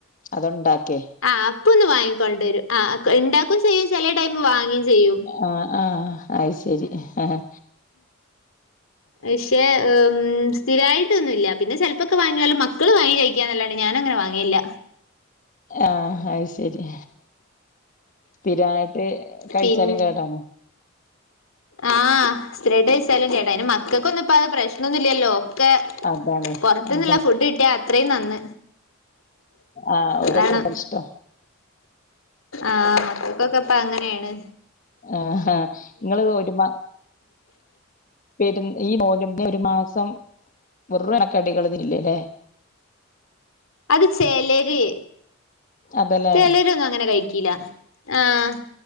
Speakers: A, on the left; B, on the left.
A: അത്ണ്ടാക്കേ
B: ആഹ് അപ്പൊ ഒന്ന് വാങ്ങിക്കൊണ്ടു വരും ആഹ് ഉണ്ടാക്കും ചെയ് ചില ടൈം വാങ്ങുകയും ചെയ്യും
A: ആഹ് ആഹ് അയിശരി ആഹ്
B: പക്ഷെ സ്ഥിരായിട്ടൊന്നുമില്ല പിന്നെ ചേല ഇപ്പൊക്കെ വാങ്ങിയാലും മക്കള് വാങ്ങി കഴിക്കാൻല്ലാണ്ട് ഞാൻ അങ്ങനെ വാങ്ങിയില്ല
A: ആഹ് അത് ശരി സ്ഥിരമായിട്ട് കഴിച്ചാലും
B: പിൻ
A: കേടാണ്
B: ആഹ് സ്ഥിരമായിട്ട് വിച്ചാലും കേട അന് മക്കൾക് ഒന്ന ഇപ്പ അ പ്രശ്നമൊന്നുമല്ലല്ലോ ഒക്കെ
A: അതാണ്
B: പുറത്തുന്നുള്ള
A: അതാണ്
B: ഫുഡ് കിട്ടിയാൽ അത്രയും നന്ന്
A: ആഹ് ഓരോ
B: അതാണ്
A: <inaudible> ഇഷ്ട്ട
B: ആഹ് മക്കൾക്കൊക്കെപ്പ അങ്ങനെയാണ്
A: ആഹ് ആഹ് നിങ്ങള് ഒരുമ വരും ഈ മോന് ഒരു മാസം വെറുളക്കെ അടികൾ ഇല്ല അല്ലേ
B: <inaudible> അത് ചെലര്
A: അതല്ലേ
B: ചെലര ഒന്നും അങ്ങനെ കഴിക്കില ആഹ്